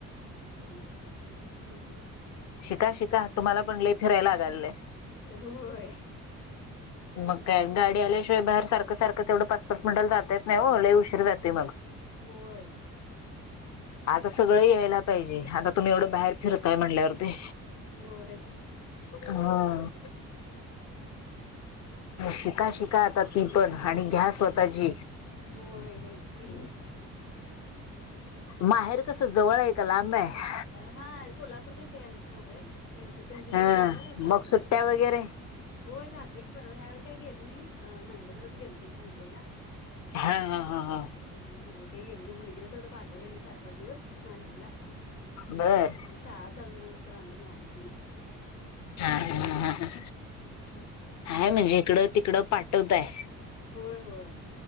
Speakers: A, on the left; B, on the left.
A: ह ह.
B: शिका शिका तुम्हाला पण लई फिरायला लागालय.
A: होय.
B: मग काय गाडी आल्याशिवाय बाहेर सारखं सारखं तेवढं पाच पाच मिनटाला जाता येत नाही ओ लय उशीर जातोय मग.
A: होय.
B: आता सगळं यायला पाहिजे आता तुम्ही एवढं बाहेर फिरताय म्हणल्यावरती.
A: होय
B: हा. शिका शिका आता ती पण आणि घ्या स्वतःची.
A: होय घ्याच की.
B: माहेर कस जवळ आहे का लांब आहे?
A: हा कोल्हापूरपशी आहे आमचं माहेर इंचरकंजीकड
B: ह
A: इकडं सासर
B: मग सुट्ट्या
A: आहे.
B: वगैरे
A: हो जाते की परवा ह्यावेळी काही गेल नाही नणदेकडे च गेलते मुंबईला.
B: हा हा हा हा.
A: हम् ह्या वेळी काही गेल नाही मुलगीला तेवडं पाठवलेल चार पाच दिवस माहेरला.
B: बर.
A: शाळा चालू झाल्या म्हणतांन मग आली ती
B: हा हा हा
A: ह ह
B: हय म्हणजे इकडं तिकडं पाठवताय.
A: होय होय